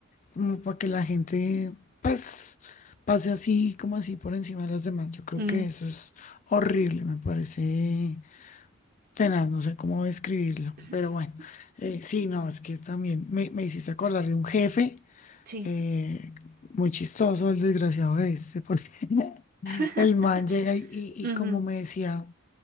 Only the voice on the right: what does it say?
Mm,
<clears throat>
sí.
<laughs>
Ujú,